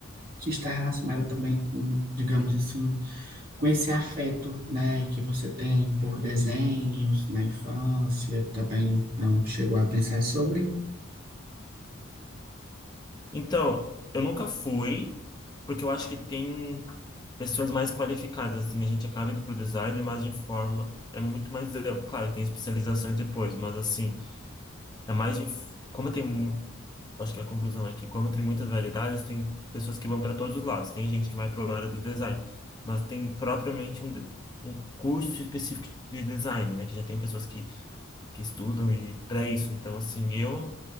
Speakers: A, on the right; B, on the left.
A: que está relacionada também com, digamos assim, com esse afeto, né, que você tem por desenhos na infância, também não chegou a pensar sobre?
B: Então, eu nunca fui, porque eu acho que tem pessoas mais qualificadas, assim, a gente acaba indo para o design, mas de forma é muito mais amplo. Claro, que tem especializações depois, mas assim, é mais de como tem mu- Acho que a conclusão é que, como tem muitas variedades, tem pessoas que vão para todos os lados. Tem gente que vai para a área do design, mas tem propriamente um, de- um curso específico de design, né? Que já tem pessoas que que estudam e para isso. Então, assim, eu